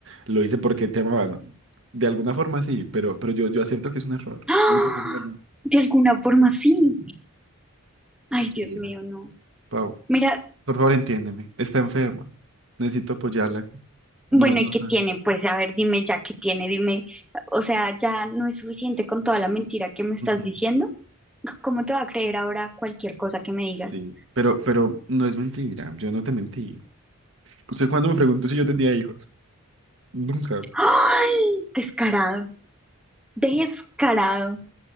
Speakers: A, on the right; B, in the centre.
A: lo hice porque te amaban. De alguna forma sí, pero, pero yo, yo acepto que es un error.
B: ¡Ah!
A: Acepto que es un error.
B: De alguna forma sí. Ay,
A: Sí,
B: Dios mío,
A: va.
B: no.
A: Pau,
B: Mira,
A: por favor, entiéndeme. Está enferma. Necesito apoyarla. No,
B: bueno,
A: no
B: ¿y qué
A: sabe.
B: tiene? Pues a ver, dime ya qué tiene, dime. O sea, ya no es suficiente con toda la mentira que me estás
A: Ujú,
B: diciendo. C- ¿Cómo te va a creer ahora cualquier cosa que me digas?
A: Sí, pero, pero no es mentira. Yo no te mentí. ¿Usted cuándo me preguntó si yo tenía hijos? Nunca.
B: ¡Ay! Descarado, descarado.